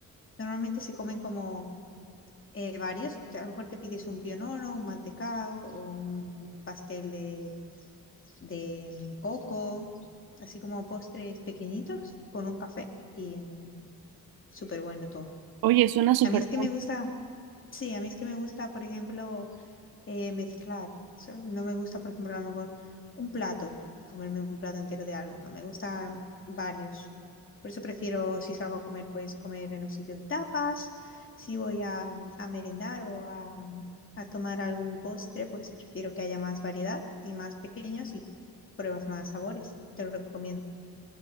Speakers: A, on the left; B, on the right.
A: Normalmente se comen como eh, varios, te- a lo mejor te pides un pionono, un mantecado o un pastel de, de mm, coco, así como postres pequeñitos con un café y mm, súper bueno todo.
B: Oye, suena súper
A: A mí es que me
B: bien.
A: gusta Sí, a mí es que me gusta, por ejemplo, eh, mezclar. O sea, no me gusta, por ejemplo, a lo mejor un plato y comerme un plato entero de algo. No me gustan varios. Por eso prefiero, si salgo a comer, pues comer en un sitio de tapas. Si voy a, a merendar o a, a tomar algún postre, pues prefiero que haya más variedad y más pequeños y pruebas más sabores. Te lo recomiendo.